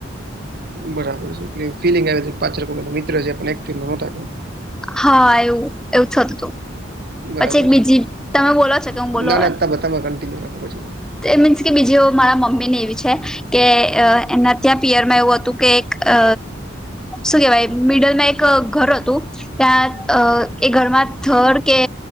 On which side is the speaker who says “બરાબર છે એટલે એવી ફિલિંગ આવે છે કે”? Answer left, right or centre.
Right